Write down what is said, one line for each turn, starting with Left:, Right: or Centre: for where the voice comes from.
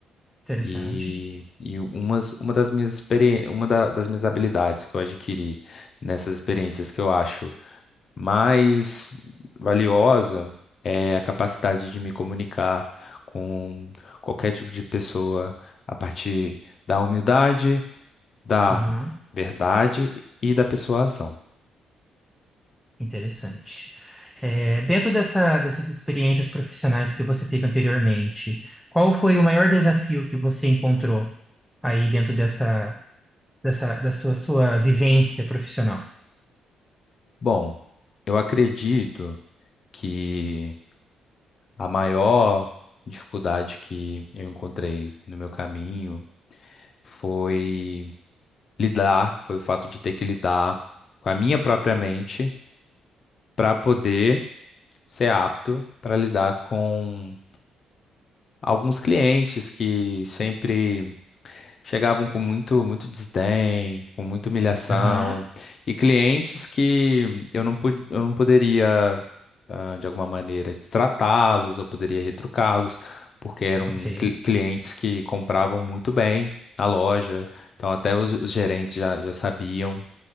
Centre: interessante.
Left: E, e umas, uma das minhas experi- uma da- das minhas habilidades que eu adquiri nessas experiências que eu acho mais valiosa é a capacidade de me comunicar com qualquer tipo de pessoa a partir da humildade, da
Centre: Aham,
Left: verdade e da persuasão.
Centre: interessante. É, dentro dessa, dessas experiências profissionais que você teve anteriormente, qual foi o maior desafio que você encontrou aí dentro dessa, dessa, da sua, sua vivência profissional?
Left: Bom, eu acredito que a maior dificuldade que eu encontrei no meu caminho foi lidar, foi o fato de ter que lidar com a minha própria mente para poder ser apto para lidar com alguns clientes que sempre Chegavam com muito, muito desdém, com muita humilhação,
Centre: Aham,
Left: e clientes que eu não, pod- eu não poderia, ah, de alguma maneira, tratá-los, eu poderia retrucá-los, porque eram
Centre: ok.
Left: cli- clientes que compravam muito bem na loja, então até os, os gerentes já, já sabiam,